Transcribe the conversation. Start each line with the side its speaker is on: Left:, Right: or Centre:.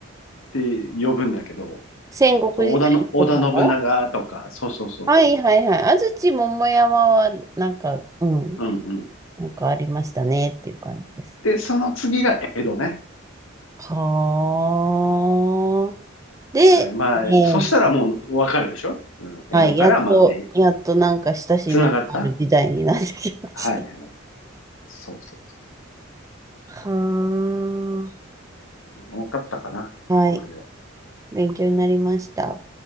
Left: て呼ぶんだけど、
Right: 戦国時代のことを
Left: その織田の、織田信長とか、そうそうそうそ
Right: はいはいはい。安土桃山は、なんか、うん、
Left: う。うんうん。
Right: なんかありましたねっていう感じです。
Left: で、その次が江戸ね。
Right: はあ。で、えー
Left: はい。まあ、そしたらもうわかるでしょうん。
Right: はい、
Left: 江戸から、
Right: やっと、
Left: まあ、め、
Right: やっとなんか親しみのある時代になってきました。
Left: つながったはいはい。そうそうそ
Right: はあ。
Left: う。わかったかなこれで。
Right: はい。勉強になりました。